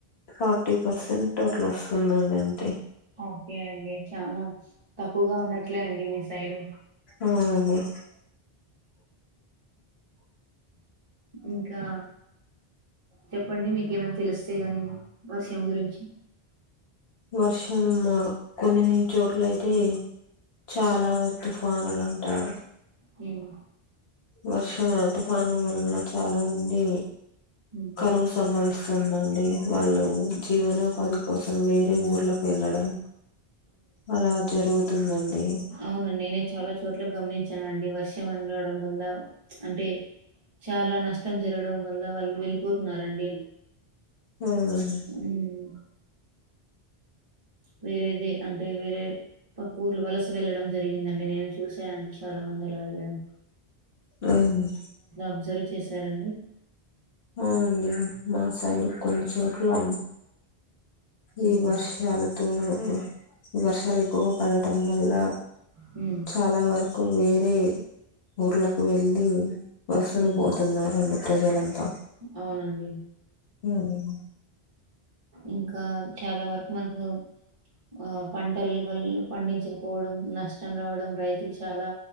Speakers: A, on the left; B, on the right.
A: ఫార్టీ పర్సెంట్ అట్లా వస్తుందండి అంతే
B: ఓకే అండి చాలా తక్కువగా ఉన్నట్లే అండి మీ సైడు
A: అవునండి
B: ఇంకా చెప్పండి మీకేమనా తెలుస్తే గాని వర్షం గురించి
A: వర్షం మా కొన్ని చోట్ల అయితే చాలా తుఫానులా ఆ
B: హమ్
A: వర్షం తుఫాను వల్ల చాలా మంది
B: ఉమ్.
A: కరువు సంభవిస్తుందండి వాళ్ళు జీవనోపాధి కోసం వేరే ఊర్లకు వెళ్ళడం అలా జరుగుతుందండి
B: అవునండి నేనే చాలా చోట్ల గమనించాను అండి వర్షం అని రావడం వల్ల అంటే చాలా నష్టం జరగడం వల్ల వాళ్ళు వెళ్ళిపోతున్నారండి
A: అవునా అండి
B: ఉమ్ వేరేది అంటే వేరే పక్క ఊర్లు వలస వెళ్లడం జరిగిందండి నేను చూసానండి చాలా మంది అలా వెళ్లడం
A: అవున
B: అబ్జర్వ్ చేశారండి
A: అవునండి మా సైడ్
B: ఉమ్
A: కొన్ని చోట్లా
B: ఉమ్
A: ఈ వర్షాలతో ఈ వర్షాలు ఎక్కువగా పడటం వల్లా
B: ఉ
A: చాలా వరకు వేరే ఊర్లలకు వెళ్ళి వలసలకు
B: ఉమ్
A: పోతు తున్నారండి ప్రజలంతా
B: అవునండి
A: హ్మ్
B: ఇంకా చాలా వరకు మనకు ఆ పంటలు వల్ల పండించకపోవడం నష్టం రావడం రైతులు చాలా